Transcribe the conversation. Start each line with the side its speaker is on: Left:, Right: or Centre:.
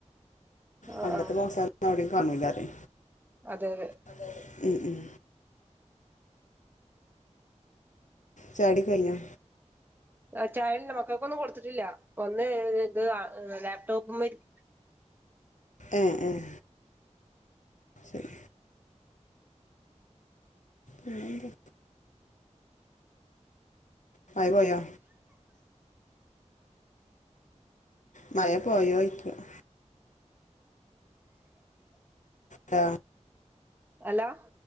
Right: ആഹ്
Left: പണ്ടത്തെ
Right: ആഹ്
Left: മോസള്ന്നും എവിടിം കാണൂലാലെ.
Right: അതെ അതെ.
Left: അതെ അതേ ഉം ഉം. ചാടിക്കയിഞ്ഞ.
Right: ആഹ് ചായിടില്ല മക്കൾക്കൊന്നും കൊടുത്തിട്ടില്ല ഒന്ന് ഇത് ലാപ്ടോപ്പ്മ്മെരി
Left: ഏഹ് ഏഹ്. ശരി വേറെന്താ? മയ പോയോ? മയ പോയോ ചോയ്ക്ക. Hello
Right: hello.